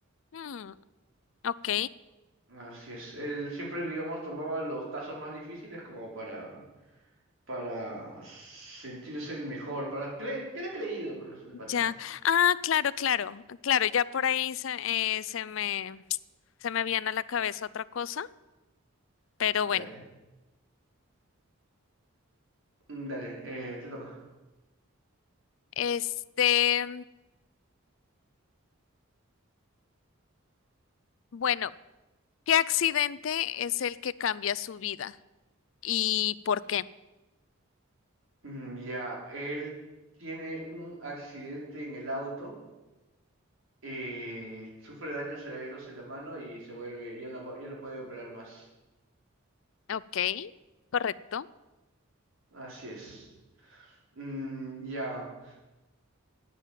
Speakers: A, on the left; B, on the right.
A: Mm, ok,
B: Así es. Él siempre, digamos, tomaba los casos más difíciles como para, para sentirse el mejor, para creer, que era creído por el pata.
A: ya. Ah, claro, claro, claro, ya por ahí se, eh, se me, se me viene a la cabeza otra cosa, pero
B: Dale,
A: bueno.
B: Mm, dale, eh, te toca.
A: Este, bueno, ¿qué accidente es el que cambia su vida y por qué?
B: Mm, Ya, él tiene un accidente en el auto, eh, sufre daños severos en la mano y se vuelve, ya no, va- ya no puede operar más.
A: Ok, correcto.
B: Así es. Mm, ya.